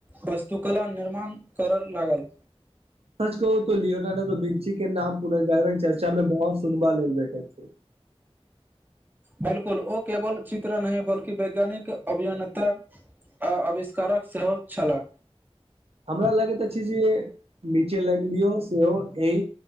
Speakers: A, on the right (about 20°); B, on the right (about 70°).
A: वास्तुकला निर्माण कर लागल
B: सच कहू तो लियोनार्डो आ बीलिंचीक के नाम पुनर्जागरण चर्चा में बहुत सुनबा लेल बैठे छय
A: बिल्कुल ओ केवल चित्र बल्कि वैज्ञानिक अभियन्ता आ आविष्कारक सेहो छलाह
B: हमरा लगैत अछि जे नीचेल्डियो सेहो एहि